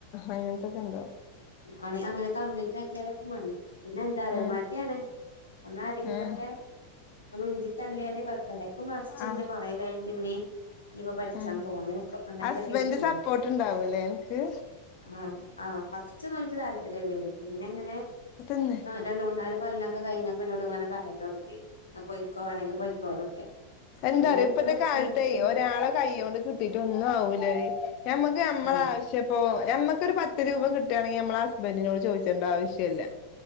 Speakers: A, on the left; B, on the left.
A: അങ്ങനത്തൊക്കെ ഇണ്ടാവും
B: ആണ് അങ്ങനെ കംപ്ലീറ്റ് ആക്കിയാലൊക്കെ മതി പിന്നെന്താ അറിയ
A: ഉം
B: മടിയാണ് അ ആരെങ്കിലൊക്കെ
A: ഉം
B: അ ഉന്തി തള്ളിയാലേ വലക്കും വാധിച്ചു
A: ആ
B: പിന്നെ കൊറെ കഴിഞ്ഞ് പിന്നെ ഇവ പഠിച്ചാൻ
A: ഉം
B: പോണോ അങ്ങനെയൊക്കെക്ക
A: ഹസ്ബൻഡ്
B: കരുതിനു
A: സപ്പോർട്ട് ഉണ്ടാവൂലേ അനക്ക്
B: ആഹ് ആ ഫസ്റ്റ് നല്ലരു താല്പര്യമല്ലേ പിന്നെ ഇങ്ങനെ
A: തിന്ന്
B: രണ്ട് മൂന്നാല് കൊല്ലൊക്കെ കഴിഞ്ഞപ്പം ന്നൊടുങ്ങനെ പറയലൊട്ങ്ങി പൊയ്ക്കോ വാണെങ്കി പൊയ്ക്കോന്നൊക്കെ
A: എന്താ
B: പിന്നെ
A: റിയൊ
B: അടുത്ത
A: ഇപ്പത്തെ
B: കുട്ടിയാണ്
A: കാലത്ത്
B: ഉം
A: ഒരാളെ കൈകൊണ്ട് കിട്ടിട്ടൊന്നും ആവൂലേ ഞമ്മക്ക് നമ്മളെ
B: ആഹ്
A: ആശ്യ ഇപ്പ മമ്മക്കൊരു പത്ത് രൂപ കിട്ടുകയാണെങ്കിൽ നമ്മെ ഹസ്ബന്ഡറിനോട് ചോദിച്ചേണ്ട ആവശ്യമല്ല